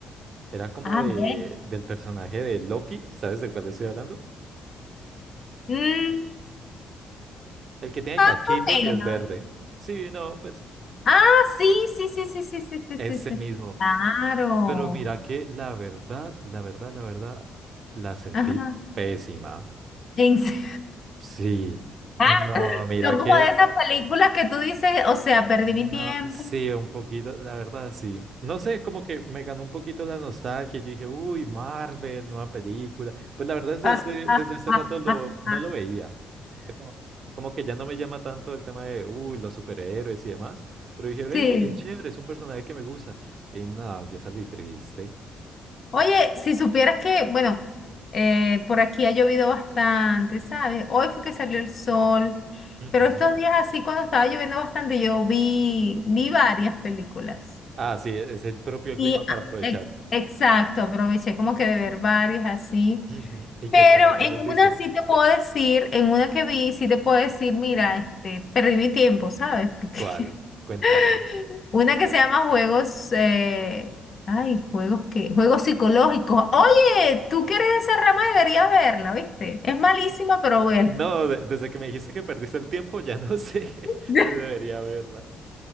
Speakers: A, on the right (about 55°); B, on the left (about 45°).
A: era como
B: ah,
A: de,
B: bien.
A: del personaje de Loki, ¿sabes de cuál estoy hablando?
B: Mm,
A: El que tiene
B: más
A: cachitos
B: o menos.
A: y es verde. Sí, no, pues
B: Ah, sí, sí, sí, sí, sí, sí, sí,
A: ese
B: sí, sí.
A: mismo.
B: sí. Claro.
A: Pero mira que la verdad, la verdad, la verdad, la sentí
B: Ajá.
A: pésima.
B: En se- <laughs>
A: Sí.
B: Ah,
A: No, mira
B: son
A: que
B: como de esas películas que tú dices, o sea, perdí mi
A: No,
B: tiempo.
A: sí, un poquito, la verdad, sí. No sé, como que me ganó un poquito la nostalgia. Yo dije, uy, Marvel, nueva película. Pues la verdad es desde,
B: Ah, ah,
A: desde hace
B: ah,
A: rato lo,
B: ah,
A: no
B: ah.
A: lo veía. Ya Como, como que ya no me llama tanto el tema de, uy, los superhéroes y demás. Pero dije, ve,
B: Sí.
A: qué chévere, es un personaje que me gusta. Y no, yo salí triste.
B: Oye, si supieras que, bueno, eh, por aquí ha llovido bastante, ¿sabes? Hoy fue que salió el sol,
A: Ujú.
B: pero estos días así, cuando estaba lloviendo bastante, yo vi, vi varias películas.
A: Ah, sí, e, es el propio
B: Y
A: clima para
B: ah,
A: aprovechar.
B: ex- exacto, aproveché como que de ver varias así.
A: Ujú. ¿Y
B: Pero
A: qué tal? ¿Cuáles
B: en
A: dice?
B: una sí te puedo decir, en una que vi, sí te puedo decir, mira, este, perdí mi tiempo, ¿sabes? Porque
A: ¿Cuál? Cuéntame.
B: <laughs> una que se llama juegos, eh, ay, juegos que, juegos psicológicos. Oye, tú que eres de esa rama deberías verla, ¿viste? Es malísima, pero bueno.
A: No, de- desde que me dijiste que perdiste el tiempo, ya no sé <laughs>
B: <laughs>
A: si debería verla.